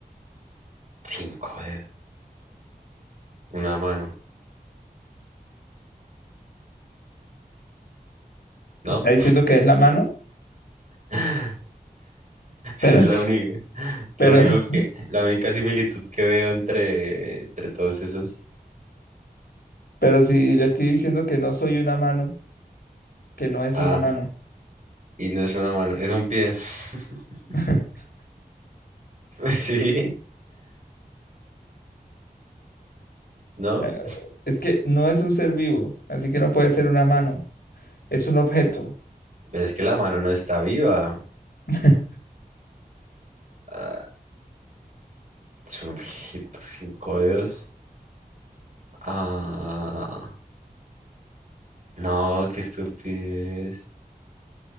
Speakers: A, on the right (about 50°); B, on the left (about 85°).
A: Cinco dedos. Una mano, ¿no?
B: Está diciendo que es la mano,
A: <laughs>
B: pero
A: Es la
B: sí,
A: única,
B: pero,
A: lo único
B: <laughs>
A: que, la única similitud que veo entre, entre todos esos.
B: pero sí le estoy diciendo que no soy una mano, que no es
A: Ah,
B: una mano.
A: y no es una mano, es un pie. <laughs>
B: <laughs>
A: Sí. ¿no?
B: Eh, Es que no es un ser vivo, así que no puede ser una mano. Es un objeto.
A: Es que la mano no está viva.
B: <laughs>
A: Ah, es un objeto sin codos. Ah, no, qué estupidez.